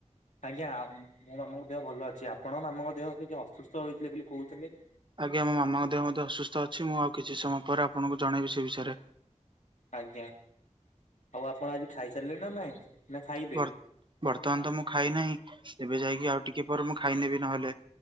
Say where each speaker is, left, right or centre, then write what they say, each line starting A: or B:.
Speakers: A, on the left (about 70°); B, on the right (about 40°).
A: ଆଜ୍ଞା ମୋ ମାମାଙ୍କ ଦେହ ଭଲ ଅଛି ଆପଣ ମାମାଙ୍କ ଦେହ ଅବିକା ଅସୁସ୍ଥ ହୋଇଥିଲେ ବୋଲି କହୁଥିଲେ।
B: ଆଜ୍ଞା ମୋ ମାମାଙ୍କ ଦେହ ମଧ୍ୟ ଅସୁସ୍ଥ ଅଛି ମୁଁ ଆଉ କିଛି ସମୟ ପରେ ଆପଣଙ୍କୁ ଜଣେଇବି ସେ ବିଷୟରେ
A: ଆଜ୍ଞା ଆଉ ଆପଣ ଆଜି ଖାଇସାରିଲେ ନା ନାଇଁ ନା ଖାଇବେ?
B: ବର୍ ବର୍ତ୍ତମାନ ତ ମୁଁ ଖାଇନାହିଁ ଏବେ ଯାଇକି ଆଉ ଟିକେ ପରେ ମୁଁ ଖାଇନେବି ନହେଲେ